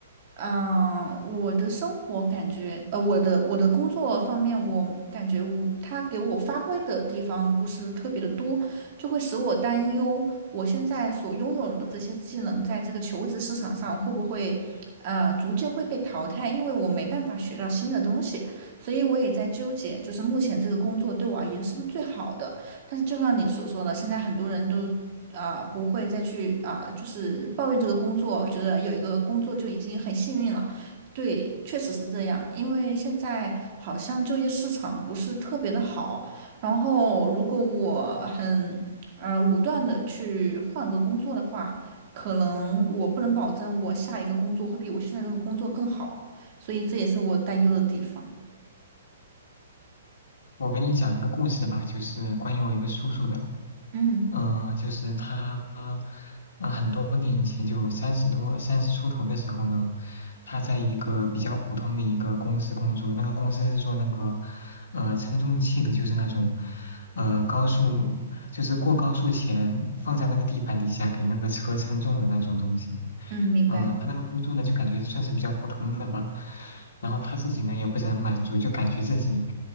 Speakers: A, on the right; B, on the left.
A: 嗯、我的生活感觉，呃，我的我的工作方面，我感觉我他给我发挥的地方不是特别的多，就会使我担忧，我现在所拥有的这些技能，在这个求职市场上会不会，呃，逐渐会被淘汰，因为我没办法学到新的东西，所以我也在纠结，就是目前这个工作对我而言是不是最好的。但是就像你所说的，现在很多人都啊、不会再去啊、就是抱怨这个工作，觉得有一个工作就已经很幸运了。对，确实是这样，因为现在好像就业市场不是特别的好，然后如果我很呃武断的去换个工作的话，可能我不能保证我下一个工作会比我现在这个工作更好，所以这也是我担忧的地方。
B: 我给你讲一个故事吧，就是关于我一个叔叔的。
A: 嗯
B: 嗯、呃就是他，嗯，很多年以前，就三十多、三十出头的时候呢，他在一个比较普通的一个公司工作。那个公司是做那个，呃，称重器的，就是那种，呃，高速，就是过高速前放在那个地板底下给那个车称重的那种东西。
A: 嗯，明白。
B: 嗯、呃他那个工作呢，就感觉算是比较普通的吧。然后他自己呢，也不是很满足，就感觉自己。